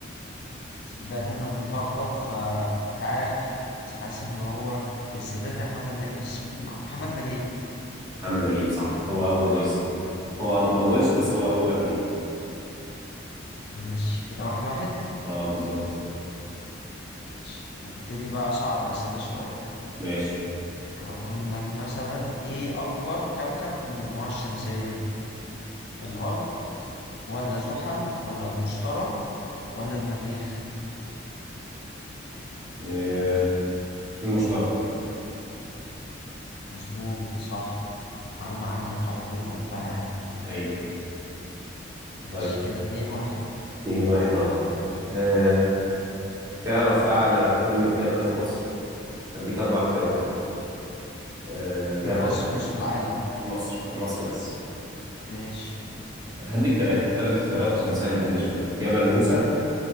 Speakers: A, on the left; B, on the right.
A: ده إن أنا متلخبط فمش عارف بس حاسس إن هو يا السادات يا محمد نجيب بس ممكن مع محمد نجيب
B: محمد نجيب صح هو أول رئيس هو ما طولش بس هو أول واحد يعني
A: ماشي كده واحد واحد
B: اه بالظبط
A: ماشي هبتدي بقى أصعب الأسئلة شوية
B: ماشي
A: هقول لك مثلا إيه أكبر كوكب في المجموعة الشمسية الأرض ولا زحل ولا المشتري ولا المريخ
B: آه. المشترك
A: مظبوط صح معلومة عندك على طول قلتها يعني.
B: ايوه
A: ماشي
B: طيب
A: كده اتنين واحد
B: اتنين واحد اه آه، تعرف أعلى قمة جبل في مصر؟ هديك أربع اختيارات آه، جبل
A: في مصر مش في العالم
B: في مصر في مصر بس
A: ماشي
B: هديك ثلاثة ثلاث اختيارات عشان نسهل الدنيا شوية جبل موسى